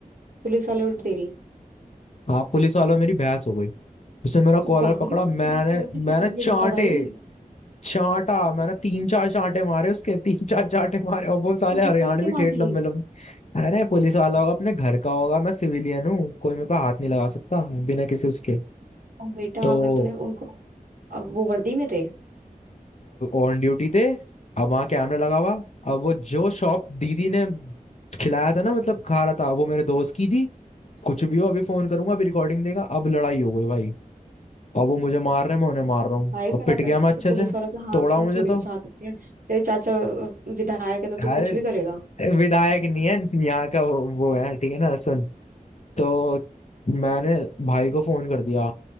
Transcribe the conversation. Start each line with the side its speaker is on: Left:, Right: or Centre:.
Right: पुलिस वाले और तेरी
Left: हाँ पुलिस वालों मेरी बहस हो गई उसने मेरा
Right: तू
Left: कॉलर
Right: पागल
Left: पकड़ा
Right: है तू
Left: मैंने
Right: पुलिस वालों से क्यों
Left: मैंने
Right: पंगे लेता
Left: चांटे
Right: भाई
Left: चांटा मैंने तीन चार चांटे मारे उसके <laughs> तीन चार चांटे मारे और वो साले
Right: पुलिस
Left: हरियाणवी
Right: वाले के
Left: ठेठ
Right: मार दिए
Left: लंबे लंबे अरे पुलिस वाला होगा अपने घर का होगा मैं सिविलियन हूँ कोई मेरे पे हाथ नहीं लगा सकता बिना किसी उसके
Right: और बेटा
Left: तो
Right: अगर तूने उनको अ, वो वर्दी में थे
Left: ऑन ड्यूटी थे अब वहां कैमरा लगा हुआ अब वो जो शॉप दीदी ने खिलाया था ना मतलब खा रहा था वो मेरे दोस्त की थी कुछ भी हो अभी फोन करूंगा अभी रिकॉर्डिंग देगा अब लड़ाई हो गई भाई अब वो मुझे मार रहे हैं मैं उन्हें मार रहा हूँ
Right: भाई
Left: अब
Right: पर
Left: पिट
Right: आप
Left: गया
Right: ऐसे
Left: मैं अच्छे
Right: तो पुलिस
Left: से
Right: वालों पे हाथ
Left: तोड़ा
Right: तो
Left: मुझे
Right: थोड़ी
Left: तो
Right: उठा सकते हैं तेरे चाचा अ, विधायक है तो तू
Left: यार
Right: कुछ भी करेगा
Left: विधायक नहीं है यहाँ का वो, वो है ठीक है ना सुन तो मैंने भाई को फोन कर दिया